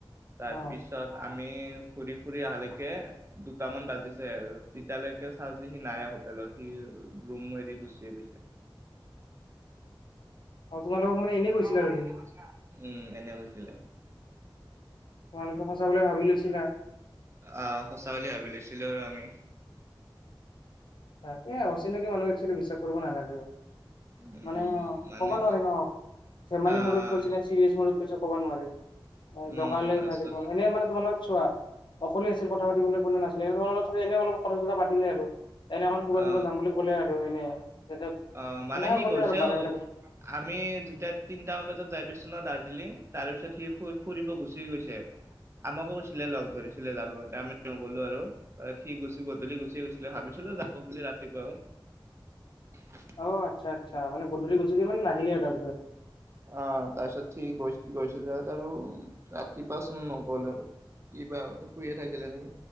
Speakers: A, on the right; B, on the left.
A: তাৰপিছত
B: অ
A: আমি ঘূৰি ফুৰি আহালেকে দুটামান বাজিছে তেতিয়ালৈকে চাওঁ যি সি নাই হোটেলত সি ৰুম এৰি গুচিয়ে গৈছে।
B: অ', তোমালোকক মানে এনেই কৈছিলে
A: বুলি
B: আৰু সি
A: এনে কৈছিলে আ, উম, এনে কৈছিলে।
B: তোমালোকে সঁচা বুলি ভাবি লৈছিলা।
A: অ', সঁচা বুলি ভাবিলৈছিলোঁ আৰু আমি।
B: তাকে, অচিনাকি মানুহক একচুৱেলি বিশ্বাস কৰিব নালাগে অ'।
A: উম
B: মানে
A: মানে
B: ক'বা নোৱাৰি ন ধেমালি
A: আহ
B: মুদত কৈছে নে, চিৰিয়াছ মুদত কৈছে ক'ব নোৱাৰি।
A: উম
B: জোকালে
A: লাষ্টত
B: চাগে, এনেই মানে তোমালোক চোৱা অকলে আছিল কথা পাতিবলৈ কোনো নাছিলে, এনে অলপ কথা চথা পাতিলে আৰু। এনেখন ফুৰবা
A: অ
B: চুৰবা যাম বুলি ক'লে আৰু এনে। যাতে
A: অ',
B: সেনেকে
A: মানে সি
B: ক'লে
A: গৈছেও
B: আৰু বাৰে বাৰে ক'লে।
A: আমি যেতিয়া তিনটামান বজাত যাই পাইছো ন' দাৰ্জিলিং তাৰ পিছত সি ফুৰিব গুচি গৈছে। আমাকো কৈছিলে লগ ধৰিছিলে যাব আমি নগলো আৰু। সি গুচি গধূলি গুচি গৈছিলে ভাবিছিলোঁ যাব বুলি ৰাতিপুৱাও। <inaudible>
B: অ', আচ্ছা আচ্ছা মানে গধূলি গুচি গৈ মানে নাহিলে আৰু তাৰিপিছত।
A: অ', তাৰপিছত সি গৈ গৈছিল তাত আৰু ৰাতিপুৱাচোন নগ'ল আৰু। কিবা শুইয়ে থাকিলে নেকি।